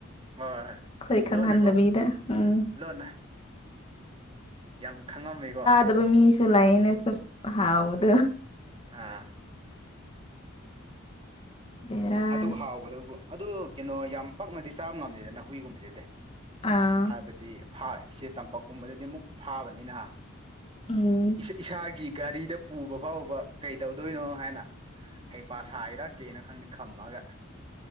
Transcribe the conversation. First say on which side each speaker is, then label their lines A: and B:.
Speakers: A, on the right; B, on the left.
A: ꯍꯣꯏ ꯍꯣꯏ
B: ꯑꯩꯈꯣꯏ ꯈꯪꯍꯟꯗꯕꯤꯗ
A: ꯂꯣꯟꯅꯀꯣ
B: ꯎꯝ
A: ꯂꯣꯟꯅ ꯌꯥꯝ ꯈꯪꯉꯝꯃꯦꯀꯣ
B: ꯗꯕ ꯃꯤꯁꯨ ꯂꯩꯥꯌꯦꯅꯦ ꯁꯨꯛ ꯍꯥꯎꯕꯗꯨ
A: ꯑꯥ
B: ꯕꯦꯔꯥꯅꯤ
A: ꯑꯗꯨꯛ ꯍꯥꯎꯕꯗꯕꯨ ꯑꯗꯨ ꯀꯩꯅꯣ ꯌꯥꯝ ꯄꯛꯅꯗꯤ ꯆꯥꯕ ꯉꯝꯗꯦꯗꯅ ꯍꯨꯏꯒꯨꯝꯕꯁꯤꯗꯤ
B: ꯑꯥ
A: ꯍꯥꯏꯕꯗꯤ ꯐꯥ ꯁꯦ ꯇꯝꯄꯥꯛꯀꯨꯝꯕꯗꯗꯤ ꯑꯃꯨꯛ ꯐꯥꯕꯅꯤꯅ ꯍꯥ
B: ꯎꯝ
A: ꯏꯁꯥ ꯢꯁꯥꯒꯤ ꯒꯥꯔꯤꯗ꯫ ꯄꯨꯕ ꯐꯥꯎꯕ ꯀꯩ ꯇꯧꯗꯣꯏꯅꯣ ꯍꯥꯏꯅ ꯍꯩꯄ ꯁꯥꯔꯤꯔ ꯈꯝꯃꯒ